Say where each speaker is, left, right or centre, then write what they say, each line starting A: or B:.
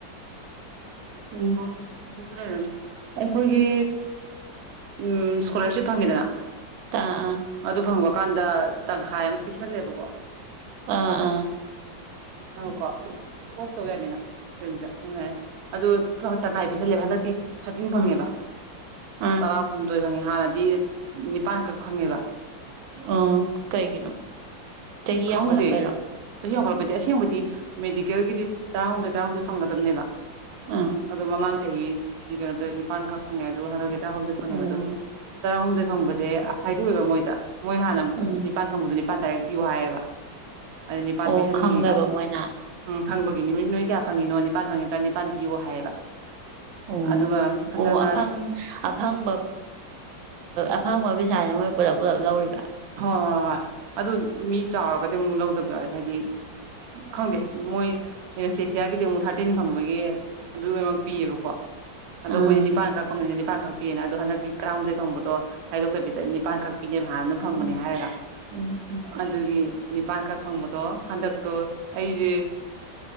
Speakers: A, on the right; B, on the right.
A: ꯎꯝ
B: ꯑꯣ ꯐ <unintelligible> ꯑꯩꯈꯣꯏꯒꯤ ꯎꯝ ꯏꯁꯀꯣꯂꯔꯁꯤꯞ ꯐꯪꯉꯤꯗꯅ
A: ꯇꯥ ꯑꯥ
B: ꯑꯗꯨ ꯐꯪꯕ ꯀꯥꯟꯗ ꯇꯪꯈꯥꯏ ꯑꯃ ꯄꯤꯁꯜꯂꯦꯕꯀꯣ
A: ꯑꯥ ꯑꯥ
B: ꯑ ꯀꯣ ꯁꯤ ꯑꯣꯐ ꯇꯧ ꯌꯥꯅꯤꯅ ꯐ꯭ꯔꯤꯖꯁ ꯎ ꯌꯥ ꯑꯗꯨ ꯇꯪꯈꯥꯏ ꯄꯤꯁꯜꯂꯦꯕ ꯍꯟꯗꯛꯇꯤ ꯊꯥꯔꯇꯤꯟ ꯐꯪꯉꯦꯕ
A: ꯑꯥ ꯑꯥ
B: ꯇꯔꯥꯍꯨꯝꯗꯣꯏ ꯐꯪꯉꯦ ꯍꯥꯟꯅꯗꯤ ꯅꯤꯄꯥꯟꯈꯛ ꯈꯪꯉꯦꯕ
A: ꯑꯣ ꯀꯩꯒꯤꯅꯣ ꯆꯍꯤ
B: ꯈꯪꯗꯦ
A: ꯌꯥꯝꯈꯠꯂꯛꯄꯩꯔꯣ
B: ꯆꯍꯤ ꯍꯣꯡꯒꯄꯗꯤ ꯑꯁꯦꯡꯕꯗꯤ ꯃꯦꯗꯤꯀꯦꯜꯒꯤꯗꯤ ꯇꯔꯥꯍꯨꯝꯗꯣꯏ ꯇꯔꯥꯍꯨꯝꯗꯣꯏ ꯐꯪꯒꯗꯕꯅꯦꯕ
A: ꯑꯥ
B: ꯑ ꯃꯃꯥꯡꯒ ꯆꯥ ꯊ ꯀꯩꯅꯅꯣ ꯇꯅꯤ ꯄꯥꯟ ꯈꯛ ꯈꯉꯦ ꯑꯗꯨ ꯍ ꯍꯗ ꯐꯪꯉꯦꯕ
A: ꯎꯝ
B: ꯑꯗꯨ ꯇꯔꯥꯍꯨꯝꯗꯣꯏ ꯐꯪꯕꯁꯦ ꯑꯁꯥꯏꯗꯑꯕ ꯃꯣꯏꯗ ꯃꯣꯏ ꯍꯥꯟꯅ
A: ꯎꯝ
B: ꯅꯤꯄꯥꯟ ꯐꯪꯕꯗꯗꯤ ꯄꯥꯟ ꯇꯗꯥꯏꯔꯛ ꯄꯤꯌꯨ ꯍꯥꯏꯌꯦꯕ ꯑꯗꯩ ꯅꯤꯄꯥꯟ
A: ꯑꯣ
B: ꯄꯤꯤꯁꯟꯈꯤꯕ
A: ꯈꯪꯗꯕ ꯃꯣꯏꯅ
B: ꯈꯪꯕꯒꯤ ꯅꯨꯃꯤꯠ ꯅꯣꯏ ꯀꯌꯥ ꯐꯪꯉꯤꯅꯣ ꯅꯤꯄꯥꯜ ꯐꯪꯉꯤ ꯇ꯭ꯔꯥ ꯅꯤꯄꯥꯜ ꯄꯤꯌꯣ ꯍꯥꯏꯌꯦꯕ
A: ꯑꯣ
B: ꯑꯗꯨꯒ ꯍꯟꯗꯛꯅ
A: ꯑꯣ ꯑꯐꯪ ꯑꯐꯪꯕ ꯑꯐꯪꯕ ꯄꯩꯁꯥꯥꯁꯦ ꯃꯣꯏ ꯄꯨꯂꯞ ꯄꯨꯂꯞ ꯂꯧꯔꯤꯕ
B: ꯍꯣꯏ ꯍꯣꯏ ꯍꯣꯏ ꯑꯗꯨ ꯃꯤ ꯆꯥꯎꯔꯒꯗꯤ ꯑꯃꯨꯛ ꯂꯧꯗꯕ ꯌꯥꯎꯋꯦ ꯍꯥꯏꯗꯤ ꯈꯪꯗꯦ ꯃꯣꯏ ꯑꯦꯁꯦꯁꯤꯌꯥꯒꯤꯗꯤ ꯑꯃꯨꯛ ꯊꯥꯔꯇꯤꯟ ꯐꯪꯕꯒꯤ ꯑꯗꯨ ꯂꯣꯏꯅꯃꯛ ꯄꯤꯌꯦꯕꯀꯣ ꯑꯗꯣ
A: ꯎꯝ
B: ꯑꯩꯈꯣꯏꯅꯤꯄꯥꯟ ꯈꯛ ꯐꯪ ꯆꯥꯡꯈꯛꯤꯑꯅ ꯑꯗꯣꯟꯛꯤ ꯇꯔꯥꯍꯨꯝꯗꯣꯏ ꯐꯪꯕꯗꯣ ꯍꯥꯏꯗꯣꯛꯇꯕꯤꯗ ꯅꯤꯄꯥꯟꯈꯛ ꯄꯤꯅꯦꯕꯚ ꯑꯗꯨ <inaudible> ꯅꯤꯄꯥꯟꯈꯛ
A: ꯎꯝ ꯎꯝ
B: ꯐꯪꯕꯗꯣ ꯍꯟꯗꯛꯇꯣ ꯑꯩꯁꯦ